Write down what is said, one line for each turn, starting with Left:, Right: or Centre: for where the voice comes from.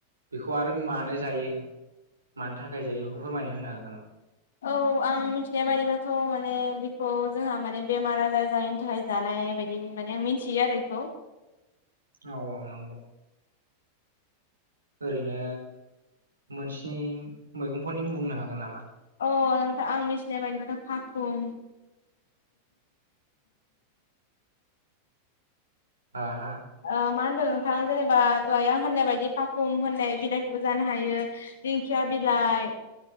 Right: बेखौ आरो मानो जायो मानो थाखाय जायो बेखौ फोरमायना होनो हागोन नामा?
Left: औ आं मिथिनाया बाददिबाथ' माने बेखौ जोंहा माने बेमार आजार जायैनि थाखाय जा नाय बादि माने आं मिथियो आरो बेखौ।
Right: औ औ नंगौ। ओरैनो मोनस्नि मैगंफोरनि मुं बुंनो हागोन नामा?
Left: अ नोंथां आं मिथिनाय बायदिब्लाथ' फाखु <unintelligible>
Right: हा हा?
Left: ओ मा होनदों नोंथां? जेनेबा दाहाय आं होननाय बायदि फाखुम होननाय बिलाइखौबो जानो हायो दिंखिया बिलाइ